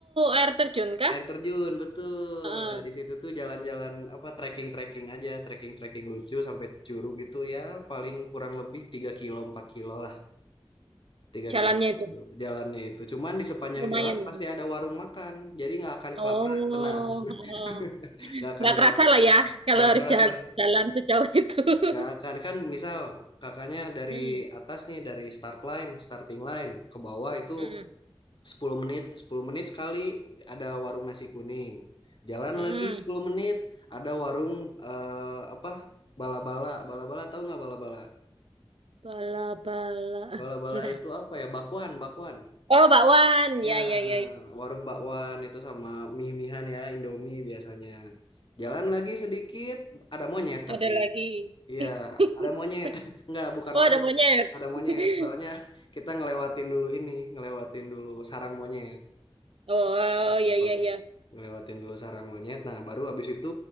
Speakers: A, on the right; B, on the left.
A: air terjun kah?
B: Air terjun, betul.
A: Heeh,
B: Nah, di situ tuh jalan-jalan apa trekking-trekking aja, trekking-trekking lucu sampai Curug itu ya paling kurang lebih 3 kilo 4 kilo lah, 3
A: jalannya
B: kilo 4
A: itu
B: kilo jalannya itu. Cuman di sepanjang
A: lumayan
B: jalan
A: ini.
B: pasti ada warung makan. Jadi nggak akan kelaparan,
A: Oh,
B: tenang.
A: heeh.
B: <laughs> Nggak akan
A: nggak kerasa
B: kelaparan.
A: lah ya kalau
B: Nggak
A: harus
B: kerasa,
A: jalan, jalan sejauh itu. <laughs>
B: nggak akan. Kan misal kakaknya dari
A: Mm,
B: atas nih, dari start line, starting line ke bawah itu
A: mm,
B: 10 menit, 10 menit sekali ada warung nasi kuning. Jalan
A: mm.
B: lagi 10 menit ada warung eh, apa? Bala-bala, bala-bala tahu nggak bala-bala?
A: Bala bala. Ah,
B: Bala-bala
A: Sebentar.
B: itu apa ya? Bakwan, bakwan.
A: Oh, bakwan. Ya,
B: Ya,
A: ya, ya. ya.
B: warung bakwan itu sama mie-mihan ya, Indomie biasanya. Jalan lagi sedikit ada monyet tapi
A: Ada lagi.
B: iya,
A: <laughs>
B: ada monyet. <laughs> Nggak, bukan
A: Oh, ada
B: warung.
A: monyet.
B: Ada
A: <laughs>
B: monyet. Soalnya kita ngelewatin dulu ini, ngelewatin dulu sarang monyet.
A: Oh, ya,
B: ngelewatin
A: ya, ya.
B: ngelewatin dulu sarang monyet nah baru habis itu